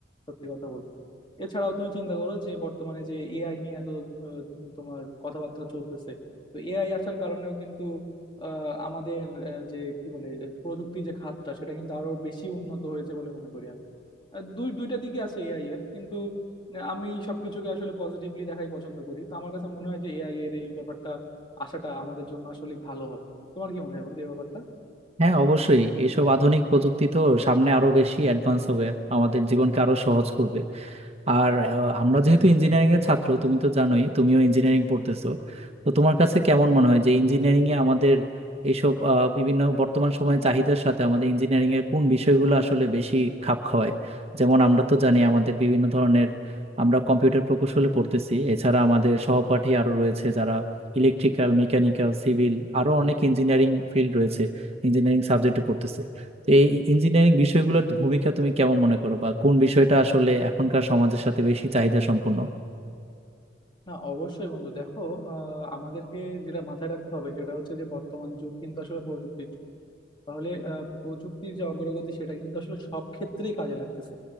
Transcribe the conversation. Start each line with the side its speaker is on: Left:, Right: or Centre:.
Left: সত্যি কথা বলতে এছাড়াও তুমি চিন্তা করো যে বর্তমানে যে এআই নিয়ে এত আহ, তোমার কথাবার্তা চলতেছে তো এআই আসার কারণেও কিন্তু আহ, আমাদের আহ, যে কি বলে আহ, প্রযুক্তি যে খাতটা সেটা কিন্তু আরো বেশি উন্নত হয়েছে বলে মনে করি আমি আহ, দুই দুইটা দিকই আছে এআই এর কিন্তু আমি সবকিছুকে আসলে পজিটিভলি দেখাই পছন্দ করি তো আমার কাছে মনে হয় যে এআই এর এই ব্যাপারটা আশাটা আমাদের জন্য আসলে ভালো হবে তোমার কি মনে হয় বন্ধু এই ব্যাপারটা
Right: হ্যাঁ অবশ্যই এইসব আধুনিক প্রযুক্তি তো সামনে আরো বেশি অ্যাডভান্স হবে আমাদের জীবনকে আরো সহজ করবে আর আহ, আমরা যেহেতু ইঞ্জিনিয়ারিং এর ছাত্র তুমি তো জানোই তুমিও ইঞ্জিনিয়ারিং পড়তেছো তো তোমার কাছে কেমন মনে হয় যে ইঞ্জিনিয়ারিং এ আমাদের এইসব আহ, বিভিন্ন বর্তমান সময়ে চাহিদার সাথে আমাদের ইঞ্জিনিয়ারিং এর কোন বিষয়গুলো আসলে বেশি খাপ খাওয়ায় যেমন আমরা তো জানি আমাদের বিভিন্ন ধরনের আমরা কম্পিউটার প্রকৌশলে পড়তেছি এছাড়া আমাদের সহপাঠী আরো রয়েছে যারা ইলেকট্রিক্যাল মেকানিক্যাল সিভিল আরো অনেক ইঞ্জিনিয়ারিং ফিল্ড রয়েছে ইঞ্জিনিয়ারিং সাবজেক্টে পড়তেছে তো এই ইঞ্জিনিয়ারিং বিষয়গুলোর ভূমিকা তুমি কেমন মনে করো বা কোন বিষয়টা আসলে এখনকার সমাজের সাথে বেশি চাহিদা সম্পন্ন
Left: না অবশ্যই বন্ধু দেখো আহ, আমাদেরকে যেটা মাথায় রাখতে হবে সেটা হচ্ছে যে বর্তমান যুগ কিন্তু আসলে প্রযুক্তির যুগ তাহলে আহ, প্রযুক্তির যে অগ্রগতি সেটা কিন্তু আসলে সব ক্ষেত্রেই কাজে লাগতেছে